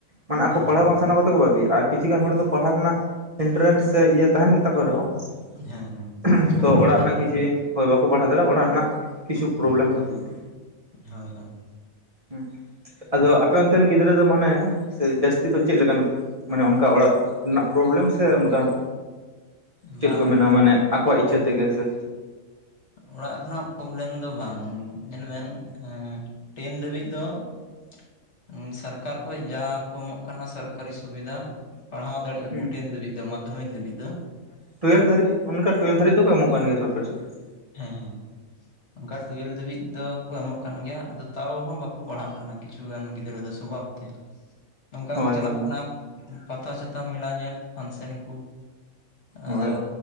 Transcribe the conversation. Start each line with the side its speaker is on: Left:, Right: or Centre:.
Right: ᱢᱟᱱᱮ ᱟᱠᱚ
Left: ᱦᱮᱸ
Right: ᱯᱟᱲᱦᱟᱣ
Left: ᱦᱮᱸ
Right: ᱵᱟᱝ ᱥᱟᱱᱟ ᱠᱟᱛᱮ ᱠᱚ ᱵᱟᱹᱜᱤᱟ, ᱟᱨ ᱠᱤᱪᱷᱩ ᱜᱟᱱ ᱦᱚᱲ ᱫᱚ ᱯᱟᱲᱦᱟᱣ ᱨᱮᱱᱟᱜ ᱮᱱᱴᱮᱨᱮᱱᱥ ᱥᱮ ᱤᱭᱟᱹ ᱛᱟᱦᱮᱱ ᱛᱟᱠᱚ ᱨᱮᱦᱚᱸ
Left: ᱦᱮᱸ
Right: <inaudible>
Left: ᱦᱮᱸ ᱵᱟᱠᱚ
Right: ᱛᱚ
Left: ᱯᱟᱲᱦᱟᱣ
Right: ᱚᱲᱟᱜ
Left: ᱫᱟᱲᱮᱭᱟᱜᱼᱟ
Right: ᱨᱮᱱᱟᱜ ᱠᱤᱪᱷᱤ ᱦᱚᱭ ᱵᱟᱠᱚ ᱯᱟᱲᱦᱟᱣ ᱫᱟᱲᱮᱭᱟᱜ-ᱟ ᱚᱲᱟᱜ ᱨᱮᱱᱟᱜ <inaudible> ᱠᱤᱪᱷᱩ ᱯᱨᱚᱵᱞᱮᱢ ᱠᱷᱟᱹᱛᱤᱨ ᱛᱮ᱾
Left: ᱦᱳᱭ ᱦᱳᱭ <inaudible>
Right: ᱦᱩᱸ ᱟᱫᱚ ᱟᱯᱮ ᱚᱱᱛᱮᱱ ᱜᱤᱫᱽᱨᱟᱹ ᱫᱚ ᱢᱟᱱᱮ, ᱡᱟᱹᱥᱛᱤ ᱫᱚ ᱪᱮᱫ ᱞᱮᱠᱟᱱ ᱢᱟᱱᱮ ᱚᱱᱠᱟ ᱚᱲᱟᱜ ᱨᱮᱱᱟᱜ ᱯᱨᱚᱵᱞᱮᱢ ᱥᱮ ᱚᱱᱠᱟ, ᱪᱮᱫ
Left: ᱵᱟᱝ
Right: ᱠᱚ ᱢᱮᱱᱟ ᱢᱟᱱᱮ ᱟᱠᱚᱣᱟᱜ ᱤᱪᱪᱷᱟᱹ ᱛᱮᱜᱮ ᱥᱮ
Left: ᱚᱲᱟᱜ ᱨᱮᱱᱟᱜ ᱯᱨᱚᱵᱞᱮᱢ ᱫᱚ ᱵᱟᱝ ᱧᱮᱞ ᱵᱮᱱ, ᱮᱸᱻ ᱴᱮᱱ ᱫᱷᱟᱹᱵᱤᱡ ᱫᱚ <inaudible> ᱥᱚᱨᱠᱟᱨ ᱠᱷᱚᱡ ᱡᱟ ᱠᱚ ᱮᱢᱚᱜ ᱠᱟᱱᱟ ᱥᱚᱨᱠᱟᱨᱤ ᱥᱩᱵᱤᱫᱟ ᱯᱟᱲᱦᱟᱣ ᱫᱟᱲᱮ
Right: ᱦᱩᱸ
Left: ᱠᱩᱴᱤᱱ ᱫᱷᱟᱹᱵᱤᱡ ᱫᱚ ᱢᱟᱫᱷᱚᱢᱤᱠ ᱫᱷᱟᱹᱵᱤᱡ ᱫᱚ,
Right: ᱴᱩᱭᱮᱞᱵᱷ ᱫᱷᱟᱹᱨᱤᱡ ᱚᱱᱠᱟ ᱴᱩᱭᱮᱞ ᱵᱷᱟᱹᱨᱤᱡ ᱫᱚᱠᱚ ᱮᱢᱚᱜ ᱠᱟᱱ ᱜᱮᱭᱟ ᱥᱚᱨᱠᱟᱨᱤ ᱥᱩᱵᱤᱫᱟ᱾
Left: ᱦᱮᱸ ᱦᱮᱸ <inaudible> ᱚᱱᱠᱟ ᱴᱩᱭᱮᱞ ᱫᱷᱟᱹᱵᱤᱡ ᱫᱚ, ᱠᱚ ᱮᱢᱚᱜ ᱠᱟᱱ ᱜᱮᱭᱟ, ᱟᱫᱚ ᱛᱟᱣ ᱦᱚᱸ ᱵᱟᱠᱚ ᱯᱟᱲᱦᱟᱜ ᱠᱟᱱᱟ ᱠᱤᱪᱷᱩ ᱜᱟᱱ ᱜᱤᱫᱽᱨᱟᱹ ᱫᱚ ᱥᱚᱵᱷᱟᱵ ᱛᱮ᱾ ᱱᱚᱝᱠᱟ
Right: ᱦᱳᱭ
Left: ᱠᱚ ᱪᱟᱞᱟᱜ
Right: ᱦᱳᱭ
Left: ᱠᱟᱱᱟ, ᱯᱟᱛᱟ ᱪᱷᱟᱛᱟ ᱢᱮᱞᱟ ᱧᱮᱞ ᱯᱷᱟᱱᱥᱮᱱ ᱠᱩ <inaudible>
Right: ᱦᱳᱭ
Left: ᱟᱫᱚ